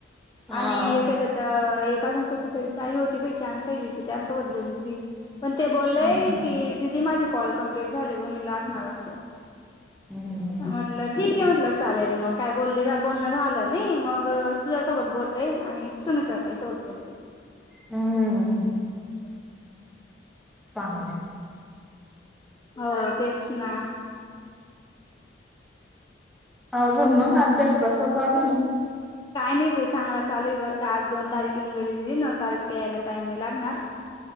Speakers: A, in the centre; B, on the left.
A: हा.
B: आणि एकच एक अजून कोणती तरी ताई होती ती चानसहीलीची त्यासोबत बोलली ती पण ते बोललेय
A: हम्म
B: की दिदी माझे कॉल कमप्लीट झाली बोणी लागणार अस
A: हम्म
B: म्हटलं. ठीक आहे म्हटलं चालेल मग काय बोल बोलण झाल नाही मग तुझ्यासोबत बोलतय आणि <unintelligible>
A: हम्म्.
B: <unintelligible>
A: चांगलय
B: हो तेच ना.
A: अजून मंग अभ्यास कसा चालूये.
B: काय नाही चांगला चालू आहे बर का आज दोन तारीख येऊन गेली दिदी नऊ तारीख यायला टाइम नाही लागणार.